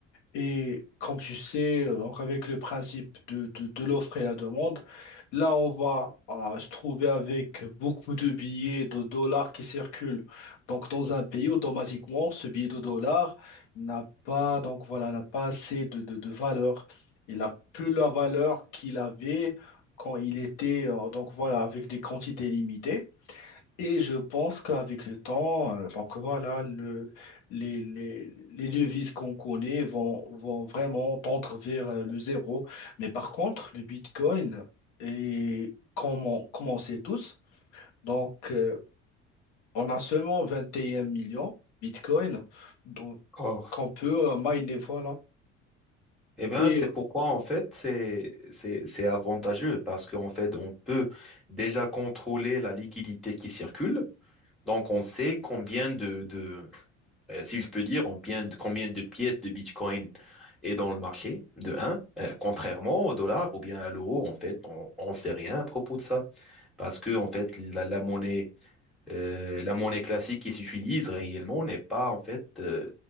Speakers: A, on the left; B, in the centre.
A: Et comme tu sais, euh, donc avec le principe de, de- de l'offre et la demande, là, on va euh, se trouver avec beaucoup de billets de dollars qui circulent. Donc, dans un pays, automatiquement, ce billet de dollars n'a pas, donc voilà, n'a pas assez de, de- de valeur. Il n'a plus la valeur qu'il avait quand il était, euh, donc voilà, avec des quantités limitées. Et je pense qu'avec le temps, euh, donc voilà, le, les, les, les devises qu'on connaît vont, vont vraiment tendre vers euh, le zéro. Mais par contre, le Bitcoin, est, comme on, comme on sait tous, donc euh, on a seulement 21 millions Bitcoin donc,
B: Or,
A: qu'on peut euh, miner, voilà.
B: Eh bien,
A: Et
B: c'est pourquoi, en fait, c'est, c'est, c'est avantageux parce qu'en fait, on peut déjà contrôler la liquidité qui circule. Donc, on sait combien de, de euh, si je peux dire, combien de, combien de pièces de Bitcoin est dans le marché, de 1, contrairement au dollar ou bien à l'euro, en fait, on ne sait rien à propos de ça parce que, en fait, la, la monnaie Euh, la monnaie classique qui s'utilise réellement n'est pas en fait euh,